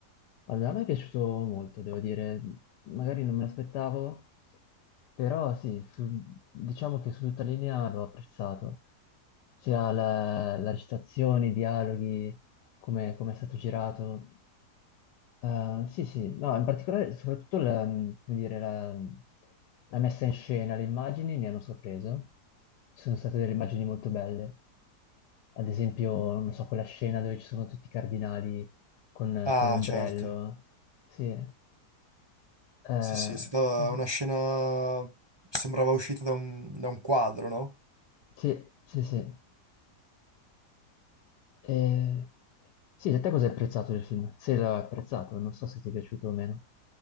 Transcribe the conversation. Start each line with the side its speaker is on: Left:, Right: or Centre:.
Left: Allora, a me è piaciuto molto, devo dire, magari non me l'aspettavo, però sì, su- diciamo che su tutta linea l'ho apprezzato, sia la, la recitazione, i dialoghi, come, come è stato girato. Eh, sì, sì, no, in particolare soprattutto la, come dire, la, la messa in scena, le immagini mi hanno sorpreso, ci sono state delle immagini molto belle, ad esempio, non so, quella scena dove ci sono tutti i cardinali con,
Right: Ah,
Left: con l'ombrello.
Right: certo.
Left: Sì, eh,
Right: Sì, sì, è stata
Left: sì,
Right: una scena... sembrava uscita da un da un quadro, no?
Left: sì, sì, sì. sì. Eh, sì, da te cosa hai apprezzato del film? Se l'hai apprezzato, non so se ti è piaciuto o meno.